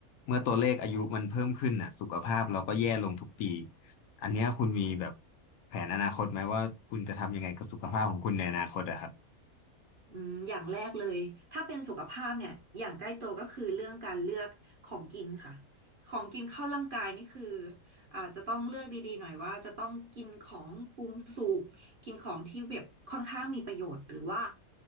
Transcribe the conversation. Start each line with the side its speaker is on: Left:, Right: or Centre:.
Left: เมื่อตัวเลขอายุมันเพิ่มขึ้นอ่ะสุขภาพเราก็แย่ลงทุกปีอันเนี้ยคุณมีแบบแผนอนาคตไหมว่าคุณจะทำยังไงกับสุขภาพของคุณในอนาคตอะครับ
Right: อืมอย่างแรกเลยถ้าเป็นสุขภาพเนี่ยอย่างใกล้ตัวก็คือเรื่องการเลือกของกินค่ะของกินเข้าร่างกายนี่คืออาจจะต้องเลือกดีๆหน่อยว่าจะต้องกินของปรุงสุกกินของที่แบบค่อนข้างมีประโยชน์หรือว่า